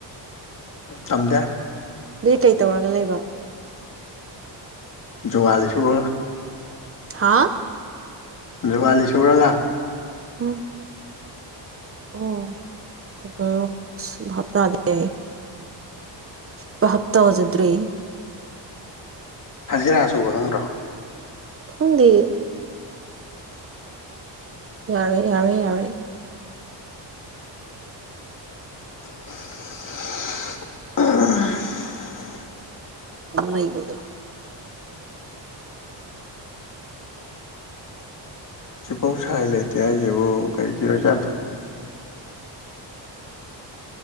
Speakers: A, on the left (about 45°); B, on the right (about 30°).
A: ꯇꯝꯗꯦ
B: ꯑꯗꯨꯗꯤ ꯀꯩ ꯇꯧꯔꯒ ꯂꯩꯕ
A: ꯖꯨꯒꯥꯂꯤ ꯁꯨꯔꯒ
B: ꯍꯥꯥ
A: ꯖꯨꯒꯂꯤ ꯁꯨꯔꯒ
B: ꯎꯝ ꯑꯣ ꯀꯣ ꯚꯥꯞꯇꯥꯗꯦ ꯑꯩ ꯚꯥꯞ ꯇꯥꯖꯗ꯭ꯔꯦ
A: ꯍꯖꯤꯔꯥ ꯁꯨꯕ ꯈꯪꯗ꯭ꯔꯣ
B: ꯈꯪꯗꯦ ꯌꯥꯔꯦ ꯌꯥꯔꯦ ꯌꯥꯔꯦ
A: <inaudible> ꯑꯥ <unintelligible>
B: ꯂꯩꯕꯗꯨ
A: ꯍꯧꯖꯤꯛꯐꯧ ꯁꯥꯏ ꯂꯩꯇꯦ ꯍꯥꯏꯁꯤꯕꯨ ꯀꯩꯒꯤ ꯑꯣꯏꯖꯥꯠꯅꯣ